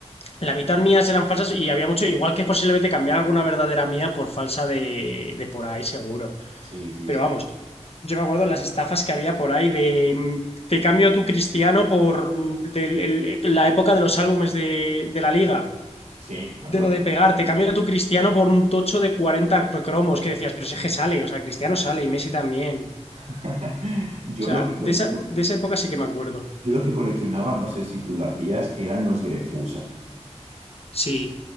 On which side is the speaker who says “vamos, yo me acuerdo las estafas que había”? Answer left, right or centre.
Left